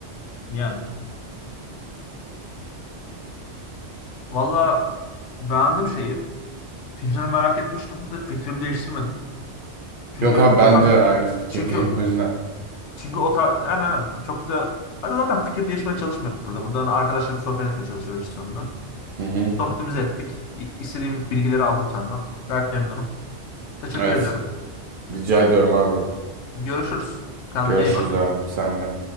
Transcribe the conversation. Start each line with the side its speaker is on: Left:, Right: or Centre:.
Left: Yani. Valla beğendim şeyi. Fikrini merak etmiştim de fikrimi değiştirmedim. Çünkü
Right: Yok abi
Left: o
Right: ben
Left: tarz
Right: de aynı <laughs> fikirdeyim
Left: çünkü
Right: o yüzden.
Left: çünkü o tarz aynen aynen. çok da hadi zaten fikir değişmeye çalışmıyoruz burada. Burada hani arkadaşla bir sohbet etmeye çalışıyoruz işte sonunda.
Right: Hı hı.
Left: Sohbetimizi ettik. İ- İstediğim bilgileri aldım senden. Gayet memnunum. Teşekkür
Right: Evet.
Left: ediyorum.
Right: Rica ediyorum abi.
Left: Görüşürüz. Kendine
Right: Görüşürüz
Left: iyi bak.
Right: abi. Sen de.